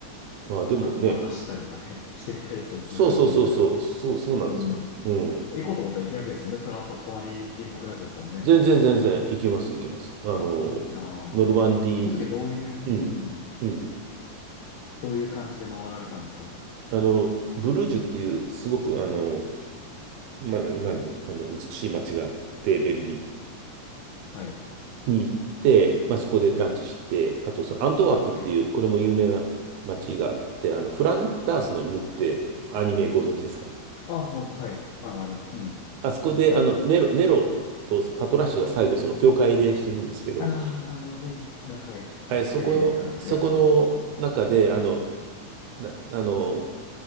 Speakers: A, on the right (about 75°); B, on the left (about 85°).
A: まあ、でもね、
B: アウトバーン走ったりとかね、<laughs> していきたいですよ、自分の車でね。
A: そうそうそうそう、そう、そうなんですよ。
B: うん。
A: うん。
B: 行こうと思ったら行けるわけですもんね。フランスは隣、隣国なわけですもんね。
A: 全然全然行けます、行けます。あの、
B: うわ、いいなぁ。
A: ノルマンディー、
B: その時はどういう、
A: うん、
B: うん。
A: うん。
B: どういう感じで回られたんですか
A: あの、ブルージュっていう、すごく、あの、まあ、なんで、あの、美しい街があって、ベルギ
B: はい。
A: ーに行って、まあ、そこでランチして、あと、そのアントワープっていう、
B: はい。
A: これも有名な街があって、あの、フランダースの犬ってアニメご存知ですか
B: あ、もう、はい。あの、アニメ。うん。
A: あそこで、あの、ネロ、ネロとパトラッシュが最後、その教会で死ぬんですけど、
B: ああ、あのね、ねはい。
A: はい、
B: もうテレビで流れるあれです。
A: そこ、そこの中で、あの、
B: うん。
A: な、あの、